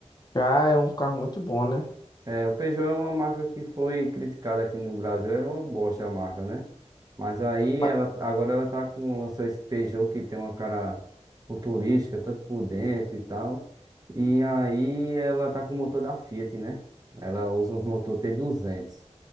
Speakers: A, on the left (about 35°); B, on the right (about 30°).
A: Já é um carro muito bom, né?
B: É, o Peugeot é uma marca que foi criticada aqui no Brasil, era uma bosta a marca, né? Mas aí ela
A: Ba-
B: agora ela tá com lançou esse Peugeot que tem uma cara futurística, tanto por dentro e tal. E aí ela tá com o motor da Fiat, né? Ela usa o motor t duzentos,